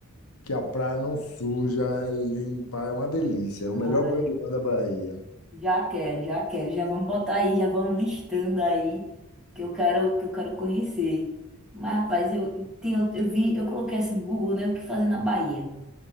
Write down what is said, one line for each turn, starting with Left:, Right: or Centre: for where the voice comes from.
Left: que a praia não suja, é limpa, é uma delícia.
Centre: Ah,
Left: É o melhor banho de mar da Bahia.
Centre: Já quero, já quero, já vamos botar aí, já vamos listando aí que eu quero, que eu quero conhecer. Mas, rapaz, eu tenho, eu vi, eu coloquei assim no Google, né, o que fazer na Bahia.